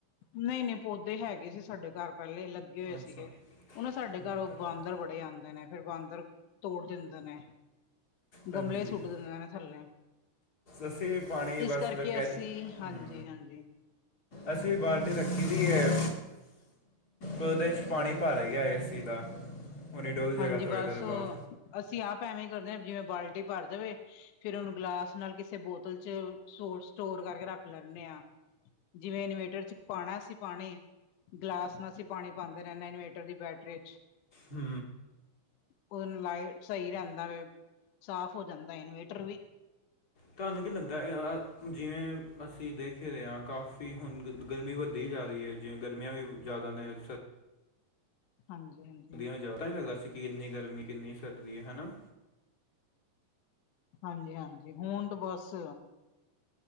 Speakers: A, on the left; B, on the left.
A: ਨਹੀਂ -ਨਹੀਂ, ਪੌਦੇ ਹੈਗੇ ਸੀ ਸਾਡੇ ਘਰ ਪਹਿਲੇ ਲੱਗ। ਲੱਗੇ ਹੋਏ
B: ਅੱਛਾ
A: ਸੀਗੇ, ਉਹ ਨਾ ਸਾਡੇ
B: ਬਣਦਾ
A: ਘਰ
B: ਕੰਮ
A: ਬਾਂਦਰ
B: ਹੈ
A: ਬੜੇ ਆਂਦੇ ਨੇ, ਫੇਰ ਬਾਂਦਰ ਤੋੜ ਦਿੰਦੇ ਨੇ,
B: ਹਾਂਜੀ
A: ਗਮਲੇ ਸੁੱਟ ਦੇਂਦੇ ਨੇ ਥੱਲੇ,
B: ਅਸੀਂ ਵੀ ਪਾਣੀ
A: ਇਸ
B: ਬਸ
A: ਕਰਕੇ
B: ਰੱਖਿਆ
A: ਅਸੀਂ,
B: ਦੀ ਹਮ
A: ਹਾਂਜੀ- ਹਾਂਜੀ।
B: ਅਸੀਂ ਬਾਲਟੀ ਰੱਖੀ ਦੀ ਹੈ, ਉਹਦੇ 'ਚ ਪਾਣੀ ਪਾ ਲਿਆ ਏ ਸੀ ਦਾ, ਹੁਣੀ ਡੁਲ ਜਾਏਗਾ
A: ਹਾਂਜੀ
B: ਥੋੜ੍ਹੀ
A: ਬਸ
B: ਦੇਰ ਬਾਅਦ,
A: ਅਸੀਂ ਆਪ ਐਵੇਂ ਕਰਦੇ, ਜਿਵੇਂ ਬਾਲਟੀ ਭਰ ਜਾਵੇ। ਫੇਰ ਉਹਨੂੰ ਗਲਾਸ ਨਾਲ ਕਿਸੇ ਬੋਤਲ 'ਚ, ਸੋ ਸਟੋਰ ਕਰਕੇ ਰੱਖ ਲੈਣੇ ਆਂ, ਜਿਵੇਂ ਇਨਵੇਟਰ 'ਚ ਪਾਣਾ ਸੀ ਪਾਣੀ, ਗਲਾਸ ਨਾਲ ਅਸੀਂ ਪਾਣੀ ਪਾਂਦੇ ਰਹਿਣੇ ਇਨਵੇਟਰ ਦੀ ਬੈਟਰੀ 'ਚ
B: ਹਮ।
A: ਉਹਨ ਲਾਏ, ਸਹੀ ਰਹਿੰਦਾ ਵੇ, ਸਾਫ਼ ਹੋ ਜਾਂਦਾ ਇਨਵੇਟਰ ਵੀ।
B: ਤੁਹਾਨੂੰ ਕੀ ਲੱਗਦਾ ਆ, ਜਿਵੇਂ ਅਸੀਂ ਦੇਖ ਹੀ ਰਹੇ ਆਂ ਕਾਫੀ ਹੁਣ ਗਰਮੀ ਵੱਧਦੀ ਜਾ ਰਹੀ ਐ, ਜਿਵੇਂ ਗਰਮੀਆਂ ਵੀ ਜ਼ਿਆਦਾ ਨੇ ਸਰ
A: ਹਾਂਜੀ- ਹਾਂਜੀ।
B: ਸਰਦੀਆਂ ਵਿੱਚ ਜ਼ਿਆਦਾ ਤਾਂ ਹੀ ਲੱਗਦਾ ਸੀ ਕਿੰਨੀ ਗਰਮੀ ਕਿੰਨੀ ਸਰਦੀ ਹਨਾ।
A: ਹਾਂਜੀ- ਹਾਂਜੀ, ਹੁਨ ਤਾਂ ਬਸ